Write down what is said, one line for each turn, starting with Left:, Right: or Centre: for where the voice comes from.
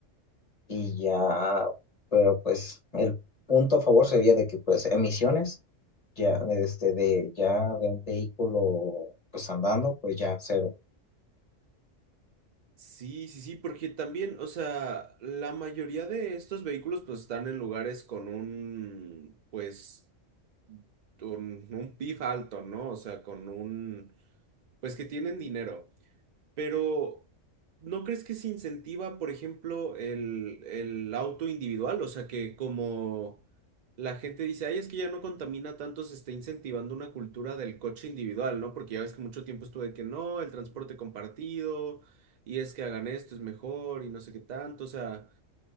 Left: y ya, pero pues el punto a favor sería de que pues emisiones ya este de ya de un vehículo pues andando pues ya cero.
Right: Sí, sí, sí, porque también, o sea, la mayoría de estos vehículos pues están en lugares con un, pues, un, un PIB alto, ¿no? O sea, con un, pues que tienen dinero. Pero, ¿no crees que se incentiva, por ejemplo, el, el auto individual? O sea, que como la gente dice, ay, es que ya no contamina tanto, se está incentivando una cultura del coche individual, ¿no? Porque ya ves que mucho tiempo estuvo de que no, el transporte compartido, y es que hagan esto, es mejor, y no sé qué tanto. O sea,